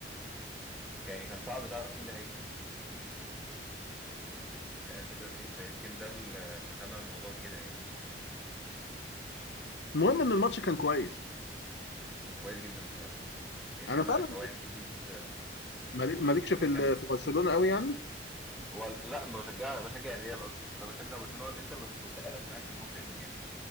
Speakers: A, in the centre; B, on the left (about 70°).
A: كان- يعني كان صعب تعرف مين اللي هيكسب فاهم الفكره في ايه فيمكن ده اللي خلى الموضوع كده يعني
B: المهم ان الماتش كان كويس
A: كان كويس جدا بصراحه يعني
B: انا
A: انا
B: فعلا
A: كواحد ماليش
B: مالك- مالكش في ال-
A: كمل كمل
B: في برشلونة قوي يعني
A: ولا لا ما بشجع بشجع الريال اصلا لا بشجع برشلونه ولا الانتر بس كنت قاعد عشان عارف الماتش هيكون جامد